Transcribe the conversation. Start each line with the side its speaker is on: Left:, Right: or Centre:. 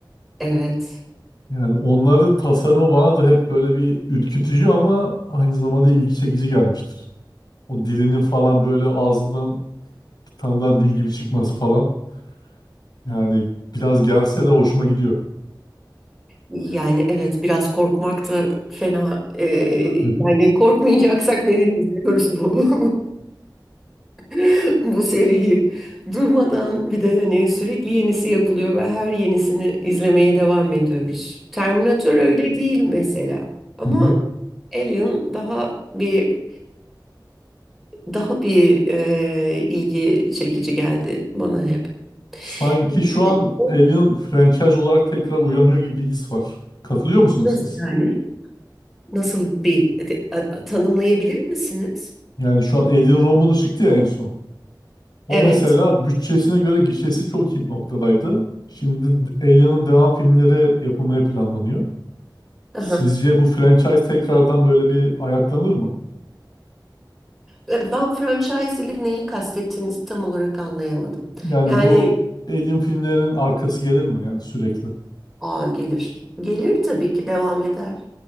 Centre: evet.
Left: Yani onların tasarımı bana da hep böyle bir ürkütücü ama aynı zamanda ilgi çekici gelmiştir. O dilinin falan böyle ağzından bir tane daha dil gibi çıkması falan. Yani biraz gelse de hoşuma gidiyor.
Centre: Yani evet biraz korkmak da fena. Ee,
Left: <laughs>
Centre: yani korkmayacaksak neden izliyoruz bu <laughs> bu seriyi durmadan bir de hani sürekli yenisi yapılıyor ve her yenisini izlemeye devam ediyoruz. Terminator öyle değil mesela ama
Left: Hı hı.
Centre: Alien daha bir daha bir e, ilgi çekici geldi bana hep.
Left: Sanki
Centre: Bir
Left: şu
Centre: de
Left: an
Centre: o
Left: Alien franchise olarak tekrar uyanıyor gibi his var. Katılıyor musunuz
Centre: Nasıl
Left: siz?
Centre: yani? Nasıl bir de- a- tanımlayabilir misiniz?
Left: Yani şu an Alien Romulus çıktı ya en son. O
Centre: Evet.
Left: mesela bütçesine göre gişesi çok iyi bir noktadaydı. Şimdi Alien'ın devam filmleri yapılmaya planlanıyor. Sizce
Centre: Aha.
Left: bu franchise tekrardan böyle bir ayaklanır mı?
Centre: E, Ben franchise ile neyi kastettiğinizi tam olarak anlayamadım.
Left: Yani
Centre: Yani
Left: bu Alien filmlerinin arkası gelir mi yani sürekli?
Centre: aa, gelir. Gelir tabii ki devam eder.